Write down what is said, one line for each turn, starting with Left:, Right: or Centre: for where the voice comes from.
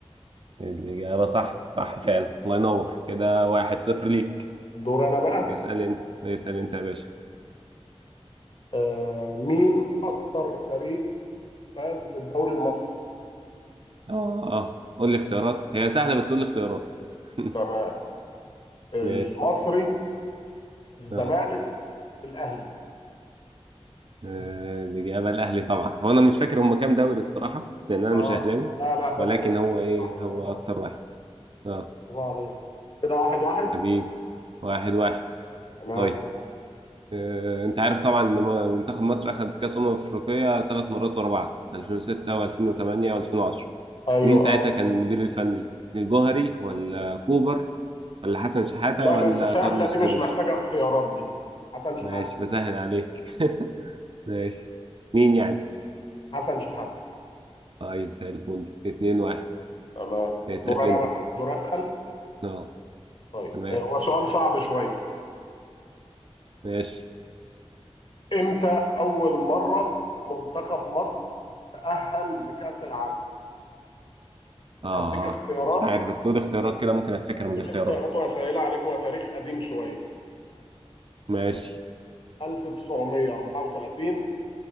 Right: الإجابة صح صح فعلا الله ينور كده واحد صفر ليك
Left: دور أنا بقى
Right: اسأل أنت اسأل أنت يا باشا
Left: آه مين أكتر فريق فاز بالدوري المصري
Right: أه أه قول لي اختيارات هي سهلة بس قول لي اختيارات <laughs>
Left: تمام المصري
Right: ماشي
Left: الزمالك
Right: آه.
Left: الأهلي
Right: آه، الإجابة الأهلي طبعا هو أنا مش فاكر هم كام دوري الصراحة لأن أنا
Left: اه
Right: مش أهلاوي
Left: لا لا بس
Right: ولكن
Left: هي الإجابة
Right: هو إيه
Left: صح
Right: هو
Left: برافو عليك
Right: أكتر واحد أه
Left: برافو عليك كده واحد واحد
Right: حبيب واحد واحد
Left: تمام
Right: طيب آه، أنت عارف طبعا إن م- منتخب مصر أخد كأس أمم أفريقيا ثلاث مرات ورا بعض 2006 و2008 و2010
Left: ايوه
Right: مين ساعتها
Left: اه
Right: كان المدير الفني؟ الجوهري ولا كوبر ولا حسن شحاتة
Left: لا
Right: ولا
Left: بس سهلة
Right: كارلوس
Left: دي مش
Right: كيروش؟
Left: محتاجة اختيارات دي حسن شحاتة
Right: ماشي بسهل عليك ماشي مين يعني؟
Left: حسن شحاتة
Right: طيب زي الفل 2 1
Left: تمام
Right: اسأل
Left: دور أنا
Right: أنت
Left: بقى دور أسأل
Right: اه
Left: طيب
Right: تمام
Left: آه، هو سؤال صعب شوية
Right: ماشي
Left: إمتى أول مرة منتخب مصر تأهل لكأس العالم؟
Right: اه
Left: هديك اختيارات
Right: آه. مش عارف بس قول اختيارات كده ممكن افتكر
Left: هديك
Right: من الاختيارات
Left: اختيارات وهسهلها عليك هو تاريخ قديم شوية
Right: ماشي
Left: 1934